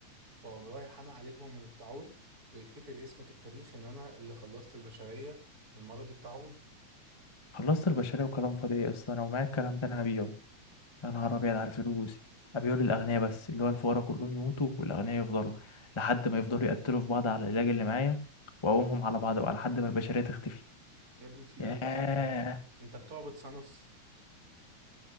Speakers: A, on the right; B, on the left.
A: فاقوم رايح انا اعالجهم من الطاعون ويتكتب اسمي في التاريخ ان انا اللي خلصت البشرية من مرض الطاعون
B: خلصت البشريه وكلام فاضي إيه اصلا انا ومعايا الكلام ده انا هبيعه يا نهار ابيض على الفلوس ابيعه للاغنياء بس اللي هو الفقراء كلهم يموتوا والاغنياء يفضلوا لحد ما يفضلوا يقتلوا في بعض على العلاج اللي معايا واقومهم على بعض بقى لحد ما البشريه تختفي
A: يا ابني في
B: ياه
A: ايه يا ابني انت انت بتعبد سانوس